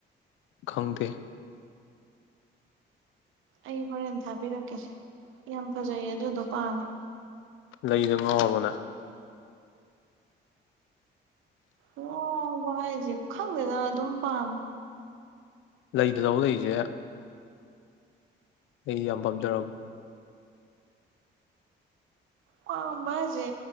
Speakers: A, on the left; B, on the right.
A: ꯈꯪꯗꯦ
B: ꯑꯩ ꯍꯣꯔꯦꯟ ꯊꯥꯕꯤꯔꯛꯀꯦꯁꯦ ꯌꯥꯝ ꯐꯖꯩꯌꯦ ꯑꯗꯨꯗꯣ ꯄꯥꯝꯃꯦ
A: ꯂꯩꯗ ꯉꯥꯎꯔꯕꯣ ꯅꯪ
B: ꯉꯥꯎꯕ ꯍꯥꯏꯁꯦ ꯈꯪꯗꯦꯗ ꯑꯗꯨꯝ ꯄꯥꯝꯃꯤ
A: ꯂꯩꯗ ꯊꯧ ꯂꯩꯖꯦ ꯑꯩ ꯌꯥꯝ ꯄꯥꯝꯖꯕ꯭ꯔ
B: ꯄꯥꯝꯕ ꯍꯥꯏꯁꯦ